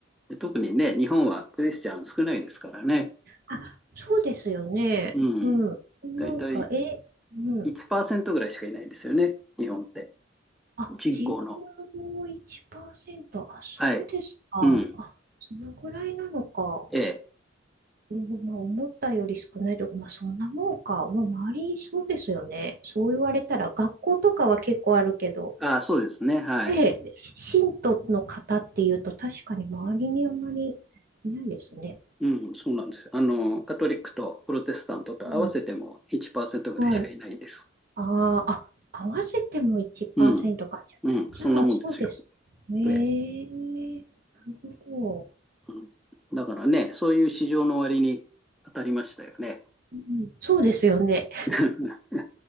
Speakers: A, in the centre; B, on the right (about 50°).
A: で特にね、日本はクリスチャン少ないですからね。
B: あ、そうですよね。
A: うん。
B: うん。
A: だいたい
B: なんか、え、うん。
A: 1%ぐらいしかいないんですよね、日本って。
B: あ、
A: 人口の。
B: 人口の1%。あ、そうですか。
A: はい。うん。
B: あ、そのぐらいなのか。
A: ええ。
B: うんまあ、思ったより少ないとか、まあ、そんなもんか。もう周り、そうですよね。そう言われたら、学校とかは結構あるけど、
A: ああ、そうですね。はい。
B: で、し信徒の方っていうと、確かに周りにあんまりいないですね。
A: うん、そうなんですよ。あの、カトリックとプロテスタントと合わせても1%
B: うん。
A: ぐらいしかいないんです。
B: はいああ、あ、合わせても1%
A: うん、
B: か。じゃあ、
A: うん、
B: じゃあそうです。
A: そんなもんですよ。
B: ええなるほ
A: ね、うん、だからね、そういう市場の割に当たりましたよね。
B: ど。うん、そうですよね。
A: <laughs>